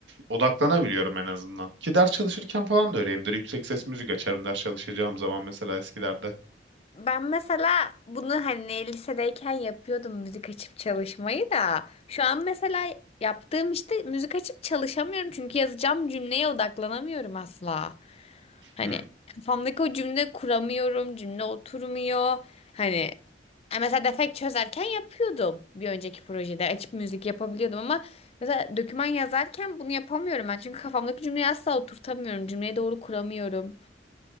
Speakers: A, on the right; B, on the left.
A: odaklanabiliyorum en azından. Ki ders çalışırken falan da öyleyimdir. Yüksek ses müzik açarım ders çalışacağım zaman mesela eskilerde.
B: Ben mesela bunu hani lisedeyken yapıyordum müzik açıp çalışmayı da şu an mesela yaptığım işte müzik açıp çalışamıyorum çünkü yazacağım cümleye odaklanamıyorum asla. Hani
A: Hmm,
B: kafamdaki o cümle kuramıyorum, cümle oturmuyor. Hani e, mesela defekt çözerken yapıyordum bir önceki projede açıp müzik yapabiliyordum ama mesela doküman yazarken bunu yapamıyorum ben çünkü kafamdaki cümleyi asla oturtamıyorum, cümleyi doğru kuramıyorum.